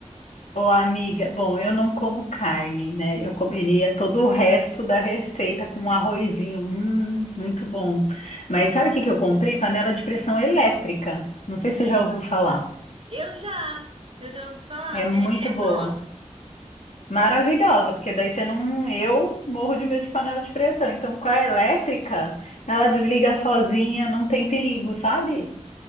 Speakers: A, on the left; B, on the right.
A: Ô, amiga, bom, eu não como carne, né? Eu comeria todo o resto da receita com um arrozinho. Hum, muito bom. Mas sabe o que que eu comprei? Panela de pressão elétrica. Não sei se você já ouviu falar.
B: Eu já, eu já ouvi falar.
A: É muito
B: É, é
A: boa.
B: bom.
A: Maravilhosa, porque daí você não. Eu morro de medo de panela de pressão. Então, com a elétrica, ela desliga sozinha, não tem perigo, sabe?